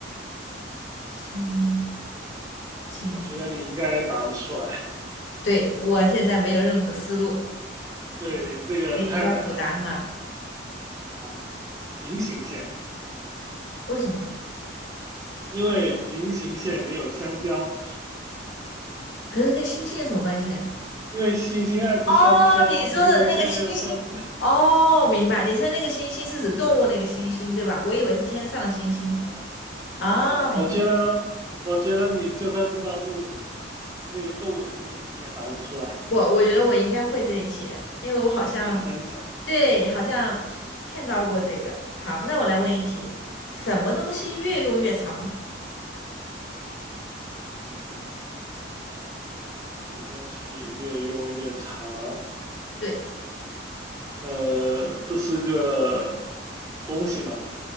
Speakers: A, on the left; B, on the right.
A: 星星，
B: 我觉得你应该答不出来。
A: 对，我现在没有任何的思路，
B: <laughs> 对，
A: 你
B: 这个太难了。
A: 可以告诉我答案吗？
B: 啊！平行线，
A: 为什么？
B: 因为平行线没有香蕉，
A: 可是跟星星有什么关系？
B: 因为星星爱吃香蕉，
A: 哦，你说的那个星星，
B: 平行线没有香蕉。
A: 哦，明白，你说那个星星是指动物那个星星，
B: 哦，
A: 对吧？我以为是天上的星星。
B: 哦，
A: 哦，
B: 好吧，
A: 明白。
B: 我觉得，我觉得你就算知道是那个动物的星星，你也答不出来
A: 我我觉得我应该会这一题，因为我好像
B: 啊，真假？
A: 对，好像看到过这个。好，那我来问一题，什么东西越用越长？
B: 嗯，什么东西越用越长？
A: 对，
B: 呃，这是个东西嘛，